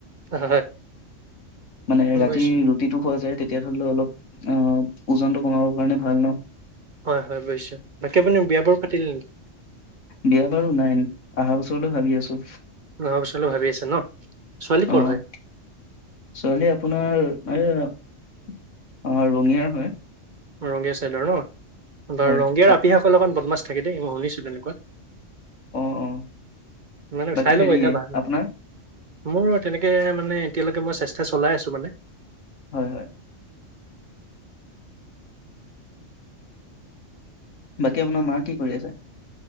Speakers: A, on the right; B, on the left.
A: হয় হয়
B: মানে ৰাতি
A: বুজিছো।
B: ৰুটীটো খোৱা যায় তেতিয়া ধৰিলেও অলপ অ ওজনটো কমাব কাৰণে ভাল ন
A: হয় হয় বুজিছো বাকী আপুনি বিয়াবোৰ পাতিলে নেকি
B: বিয়া বাৰু নাই অহা বছৰলৈ ভাবি আছো
A: অহা বছৰলৈ ভাবি আছে ন? ছোৱালী ক'ৰ
B: আহ
A: হয়?
B: ছোৱালী আপোনাৰ এই অ ৰঙিয়াৰ হয়
A: ৰঙেশ চাইলৰ ন <unintelligible> বাৰ
B: হয়
A: ৰঙগিয়াৰ
B: আপ-
A: আপিসকল অকণ বদমাছ <unintelligible> থাকে দেই মই শুনিছো তেনেকুৱা
B: অ অ
A: মানে
B: বাকী
A: চাই ল'ব
B: হেৰি
A: এতিয়া ভাল।
B: আপোনাৰ
A: মোৰ তেনেকে মানে এতিয়ালৈকে মই চেষ্টা চলাই আছো মানে
B: হয় হয় বাকী আপোনাৰ মা কি কৰি আছে